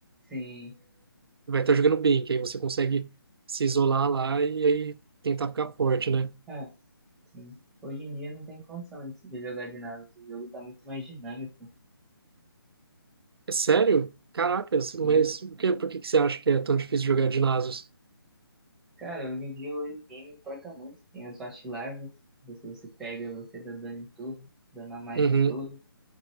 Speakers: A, in the centre; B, on the right (about 75°).
A: Sim.
B: vai estar jogando bem, que aí você consegue se isolar lá e aí tentar ficar forte, né?
A: Ah, sim. Hoje em dia não tem condição de se jogar de Nasus. O jogo tá muito mais dinâmico.
B: É Sério? Caracas, mas
A: Sim.
B: por que, por que que você acha que é tão difícil jogar de Nasus?
A: Cara, hoje em dia o early game importa muito. Tem as fast larvas Você, você pega, você dá dano em torre, dano a mais
B: Uhum,
A: em torre.